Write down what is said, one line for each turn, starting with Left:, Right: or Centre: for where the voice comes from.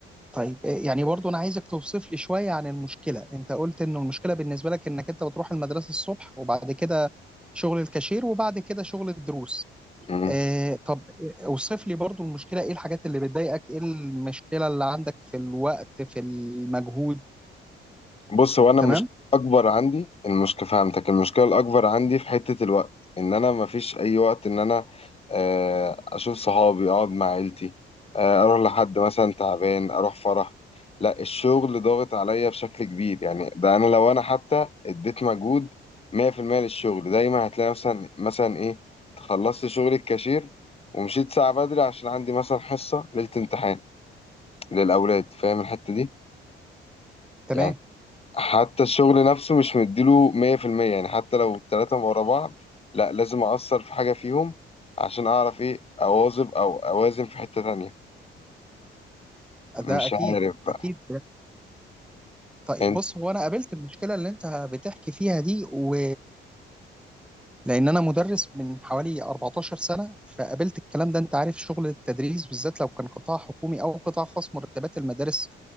Centre: طيب إيه- يعني برضو انا عايزك توصف لي شويه عن المشكله انت قلت ان المشكله بالنسبه لك انك انت بتروح المدرسه الصبح وبعد كده شغل الكاشير وبعد كده شغل الدروس
Left: امم
Centre: آه طب آه، اوصف لي برضو المشكله ايه الحاجات اللي بتضايقك ايه المشكله اللي عندك في الوقت في المجهود
Left: بص هو انا
Centre: تمام
Left: مش اكبر عندي المشكله فهمتك المشكله الاكبر عندي في حته الوقت ان انا مفيش اي وقت ان انا آه، اشوف صحابي اقعد مع عيلتي آه، اروح لحد مثلا تعبان اروح فرح لا الشغل ضاغط عليا بشكل كبير يعني ده انا لو انا حتى اديت مجهود 100% للشغل دايما هتلاقي مثلا مثلا ايه خلصت شغل الكاشير ومشيت ساعه بدري عشان عندي مثلا حصه ليله امتحان للاولاد فاهم الحته دي
Centre: تمام
Left: يعني حتى الشغل نفسه مش مديله 100% يعني حتى لو التلاتة ورا بعض لا لازم أأثر في حاجة فيهم عشان أعرف إيه أواظب أو أوازن في حتة تانية مش
Centre: ده اكيد
Left: عارف بقى
Centre: اكيد طيب
Left: أنت
Centre: بص هو انا قابلت المشكله اللي انت بتحكي فيها دي و لان انا مدرس من حوالي 14 سنه فقابلت الكلام ده انت عارف شغل التدريس بالذات لو كان قطاع حكومي او قطاع خاص مرتبات المدارس